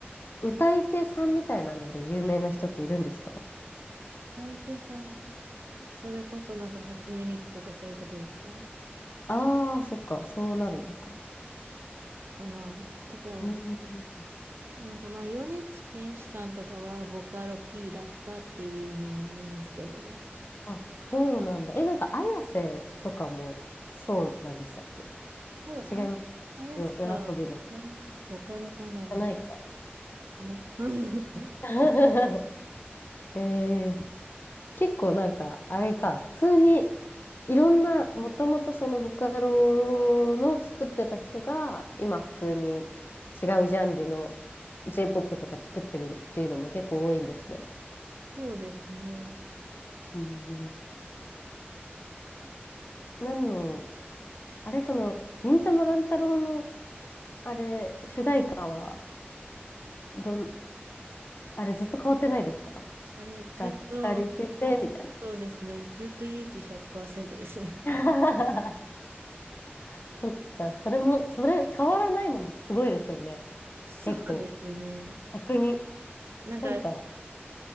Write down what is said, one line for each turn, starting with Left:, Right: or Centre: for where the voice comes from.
Left: 歌い手さんみたいなので有名な人っているんですか
Right: 大抵さん、それこそなんか初音ミクとかそういうことですか
Left: ああー、そっか、そうなるのか。
Right: かなとか、
Left: うんうんうん。
Right: なんかまあ、米津玄師さんとかはボカロ P だったっていうのもありますけど、
Left: あ、そうなんだ。え、なんか、綾瀬とかもそうなんでしたっけ
Right: 多分、
Left: 違います。
Right: あ、あやしか、
Left: よ、夜遊びの。
Right: ボカロ、
Left: じ
Right: ボカロかな
Left: ゃないか。
Right: かな <laughs>
Left: <laughs> えー、結構なんか、あれか、普通に、いろんな、もともとそのボカロの作ってた人が、今普通に違うジャンルの J-POP とか作ってるっていうのも結構多いんですね。
Right: そうですね。
Left: うんうん。何のあれ、その、忍たま乱太郎の、あれ、主題歌は、どん、あれずっと変わってないですか
Right: あれ、ずっと、
Left: がっかりして、
Right: あそうですね。
Left: みたい
Right: ずっと勇気100%ですね。
Left: な。
Right: <laughs>
Left: <laughs> そっか、それも、それ、変わらないのもすごいですよね。
Right: そうですね。
Left: 結構、逆に。
Right: なんか、
Left: なんか、